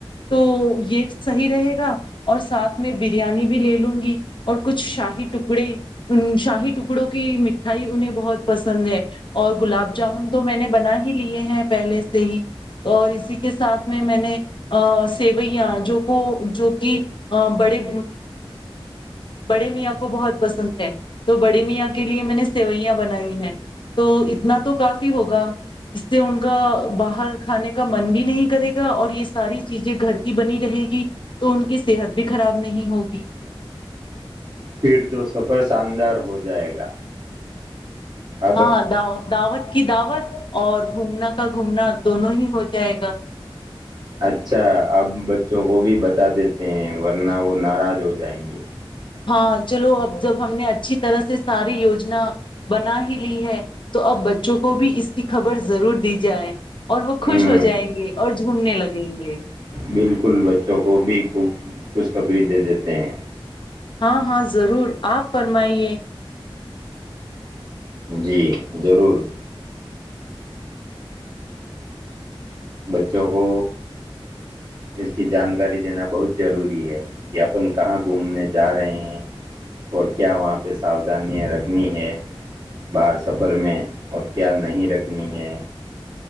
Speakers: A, on the left; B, on the right.
A: تو یہ سحیح رہے گا اور ساتھ میں بریانی بھی لے لوں گی اور کچھ شاہی ٹکڑے شاہی ٹکڑوں کی مٹھائی انہیں بہت پسند ہے اور گلاب جامن تو میں نے بنا ہی لیے ہیں پہلے سے ہی اور اسی کے ساتھ میں میں نے سیویاں جو کو جو کہ بڑے بڑے میاں کو بہت پسند ہے تو بڑے میاں کے لیے میں نے سیوئیاں بنائی ہیں تو اتنا تو کافی ہوگا اس سے ان کا باہر کھانے کا من بھی نہیں کرے گا اور یہ ساری چیزیں گھر کی بنی رہے گی تو ان کی صحت بھی خراب نہیں ہوگی
B: پھر دو سفر شاندار ہو جائے گا اب
A: ہاں داؤ دعوت کی دعوت اور گھومنا کا گھومنا دونوں ہی ہو جائے گا
B: اچھا اب بچوں کو بھی بتا دیتے ہیں ورنہ وہ ناراض ہو جائیں گے
A: ہاں چلو اب جب ہم نے اچھی طرح سے ساری یوجنا بنا ہی لی ہے تو اب بچوں کو بھی اس کی خبر ضرور دی جائے اور وہ خوش
B: ہ
A: ہو جائیں گے اور جھومنے لگیں گے
B: بالکل بچوں کو بھی خوب خوشخبری دے دیتے ہیں
A: ہاں ہاں ضرور آپ فرمائیے
B: جی ضرور بچوں کو اس کی جانکاری دینا بہت ضروری ہے کہ اپن کہاں گھومنے جا رہے ہیں اور کیا وہاں پہ ساؤودھانیاں رکھنی ہے بار سفر میں اور کیا نہیں رکھنی ہے